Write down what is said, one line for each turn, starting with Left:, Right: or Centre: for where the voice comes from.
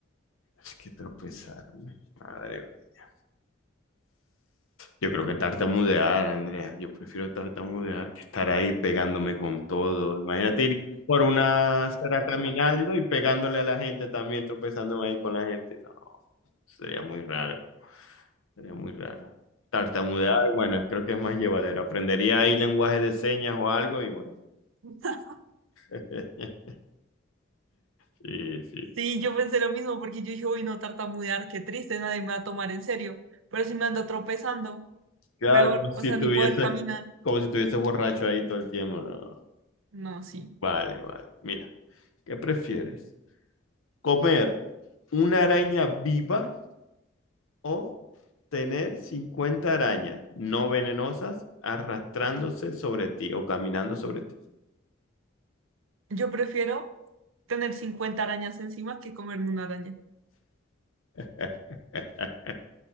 Left: Es que tropezarme, madre mía. Yo creo que tartamudear, Andrea. Yo prefiero tartamudear que estar ahí pegándome con todo. Imagínate ir por una acera caminando y pegándole a la gente también, tropezándome ahí con la gente. No, sería muy raro. Sería muy raro. Tartamudear, bueno, creo que es más llevadero. Aprendería ahí lenguaje de señas o algo y bueno.
Right: <laughs>
Left: <laughs> Sí, sí.
Right: Sí, yo pensé lo mismo porque yo dije, uy, no tartamudear, qué triste, nadie me va a tomar en serio. Pero si me ando tropezando,
Left: Claro,
Right: peor,
Left: como si
Right: o sea,
Left: tuviese,
Right: ni poder caminar.
Left: como si tuviese borracho ahí todo el tiempo. No.
Right: No, sí.
Left: Vale, vale. Mira, ¿qué prefieres? ¿Comer una araña viva o tener 50 arañas no venenosas arrastrándose sobre ti o caminando sobre ti?
Right: Yo prefiero tener 50 arañas encima que comerme una araña.
Left: <laughs>